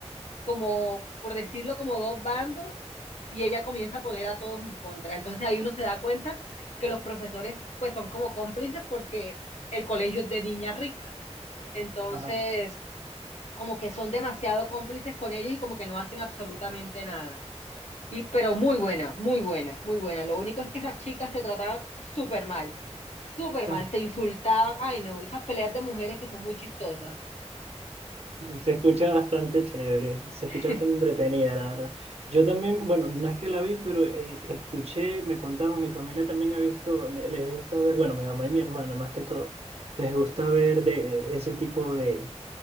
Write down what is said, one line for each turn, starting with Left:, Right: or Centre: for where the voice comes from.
Left: como, por decirlo, como dos bandos y ella comienza a poner a todos en contra. Entonces ahí uno se da cuenta que los profesores pues son como cómplices porque el colegio es de niñas ricas. Entonces,
Right: ajá,
Left: como que son demasiado cómplices con ellos y como que no hacen absolutamente nada. Y, pero muy buena, muy buena, muy buena. Lo único es que esas chicas se trataban súper mal, súper
Right: <laughs>
Left: mal,
Right: ah.
Left: se insultaban. Ay, no, esas peleas de mujeres que son muy chistosas.
Right: Se escucha bastante chévere, se
Left: <laughs>
Right: escucha bastante entretenida, la verdad. Yo también, bueno, no es que la vi, pero eh, escuché, me contaron, mi familia también ha visto, le- les gusta ver, bueno, mi mamá y mi hermana más que todo, les gusta ver de ese tipo de